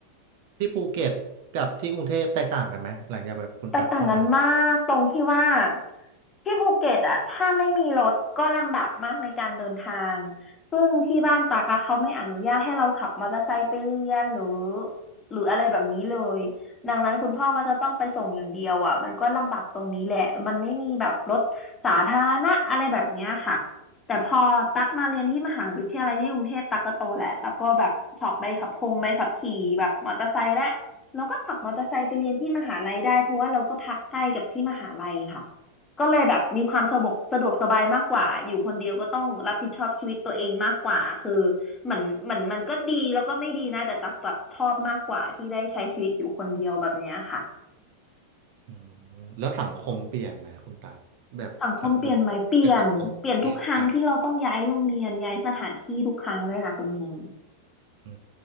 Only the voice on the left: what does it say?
แตกต่างกันมากตรงที่ว่าที่ภูเก็ตอะถ้าไม่มีรถก็ลำบากมากในการเดินทางซึ่งที่บ้านตากอะเขาไม่อนุญาตให้เราขับมอเตอร์ไซค์ไปเรียนหรือหรืออะไรแบบนี้เลยดังนั้นคุณพ่อก็จะต้องไปส่งอย่างเดียวอะมันก็ลำบากตรงนี้แหละมันไม่มีแบบรถสาธารณะอะไรแบบเนี้ยค่ะแต่พอตักมาเรียนที่มหาวิทยาลัยที่กรุงเทพตักก็โตแล้วตักก็แบบสอบใบขับคงใบขับขี่แบบมอเตอร์ไซค์และ เราก็ขับมอเตอร์ไซค์ไปเรียนที่มหาลัยได้เพราะว่าเราก็พักใกล้กับที่มหาลัยค่ะก็เลยแบบมีความสะดวกสะดวกสบายมากกว่าอยู่คนเดียวก็ต้องรับผิดชอบชีวิตตัวเองมากกว่าคือเหมือนเหมือนมันก็ดีแล้วก็ไม่ดีนะแต่ตักแบบชอบมากกว่าที่ได้ใช้ชีวิตอยู่คนเดียวแบบเนี้ยค่ะ
สังคมเปลี่ยนไหมเปลี่ยนเปลี่ยนทุกครั้งที่เราต้องย้ายโรงเรียนย้ายสถานที่ทุกครั้งเลยค่ะคุณเฮง